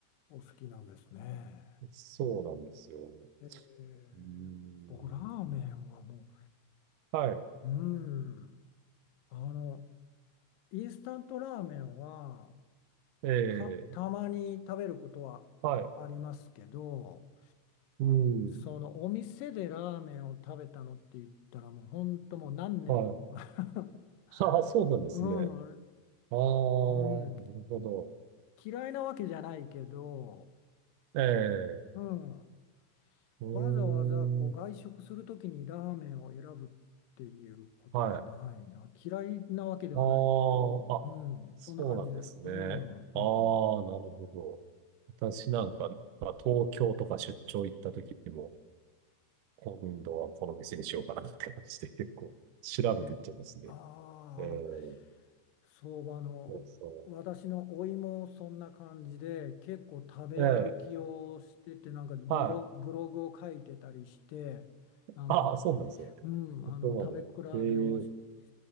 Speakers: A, on the left (about 75°); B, on the right (about 85°).
A: お好きなんですね。
B: そうなんですよ。
A: ええ。
B: うーん。
A: 僕、ラーメンはも
B: はい。
A: う、うん。あの、インスタントラーメンは
B: ええ
A: た、たまに食べることはありますけど、
B: はい。うん。
A: そのお店でラーメンを食べたのって言ったらもう本当もう何年も
B: はい。<laughs>
A: <laughs>
B: ああ、そうなんですね。
A: うん、
B: ああ、
A: うん、
B: なるほど。
A: 嫌いなわけじゃないけど、
B: ええ
A: うん、
B: うーん。
A: わざわざこう外食するときにラーメンを選ぶっていうことがないな。
B: はい。
A: 嫌いなわけではないけど、
B: ああ、
A: うん、
B: あ、そうなんですね。
A: そんな感じです。うん、
B: あ
A: うん。
B: あ、なるほど。私なんか、
A: うん
B: まあ東京とか出張行った時も、今度はこの店にしようかなって感じで結構調べていっちゃいますね。
A: で、ああ、
B: ええ
A: 相場の、
B: そうそ
A: お私のおいもそんな感じで、結構食べ歩きをしてて、
B: う。ええ
A: なんかブロ、
B: はい。
A: ブログを書いてたりして、なんか、
B: ああ、そうなんですよ。
A: うん、
B: そこまで。
A: あの、食べ比べをし好
B: ええ